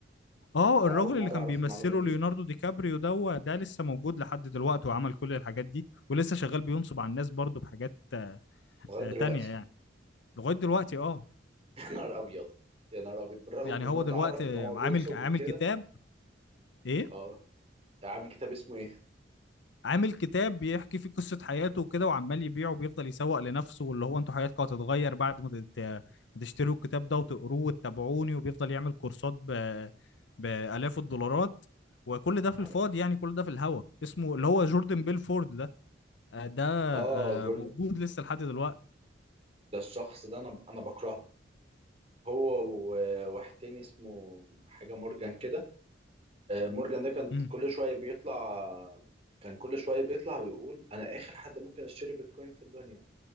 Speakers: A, on the left; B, on the right.
A: اه
B: ده
A: الراجل
B: أول مرة
A: اللي كان
B: أعرف
A: بيمثله
B: المعلومة دي
A: ليوناردو دي كابريو ده ده لسه موجود لحد دلوقتي وعمل كل الحاجات دي ولسه شغال بينصب على الناس برضه بحاجات
B: لغاية
A: آه،
B: دلوقتي
A: تانية يعني لغاية دلوقتي اه
B: <laughs> يا نهار أبيض يا نهار أبيض بالرغم
A: يعني
B: من إنه
A: هو
B: اتعرف
A: دلوقتي
B: إن هو
A: عامل
B: بينصب
A: عامل
B: وكده
A: كتاب ايه
B: أه عامل كتاب اسمه إيه؟
A: عامل كتاب بيحكي فيه قصة حياته وكده وعمال يبيعه وبيفضل يسوق لنفسه واللي هو انتوا حياتكم هتتغير بعد ما تت- ما تشتروا الكتاب ده وتقروه وتتابعوني وبيفضل يعمل كورسات ب... بآلاف الدولارات وكل ده في
B: نهار
A: الفاضي
B: أبيض.
A: يعني كل ده في الهوا اسمه اللي هو جوردن بيلفورد ده آه، ده
B: أه
A: آه،
B: جوردن
A: موجود لسه لحد دلوقتي
B: ده الشخص ده أنا أنا بكرهه هو و- وواحد تاني اسمه حاجة مورجان كده آه، مورجان ده كان
A: امم
B: كل شوية بيطلع كان كل شوية بيطلع ويقول أنا آخر حد ممكن أشتري بيتكوين في الدنيا